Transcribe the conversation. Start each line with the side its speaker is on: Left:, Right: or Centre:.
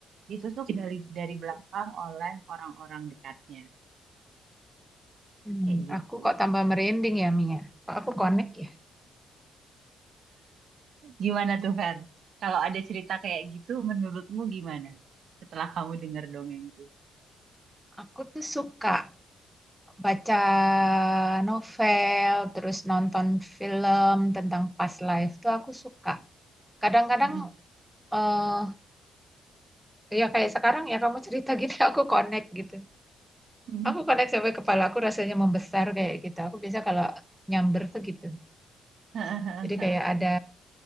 Right: ditusuk dari dari belakang oleh orang-orang dekatnya,
Centre: Hmm,
Right: kayak gitu.
Centre: aku kok tambah merinding ya, Mia. Kok aku connect ya?
Right: Gimana tuh, Fer? Kalau ada cerita kayak gitu, menurutmu gimana? Setelah kamu dengar dongengku.
Centre: Aku tuh suka baca novel, terus nonton film tentang past life tuh aku suka. Kadang-kadang
Right: Mm-mm.
Centre: eh ya kayak sekarang ya kamu cerita gini <laughs> aku connect gitu.
Right: Mm.
Centre: Aku connect sampai kepala aku rasanya membesar kayak gitu. Aku biasa kalau nyamber tuh gitu.
Right: <laughs>
Centre: Jadi kayak ada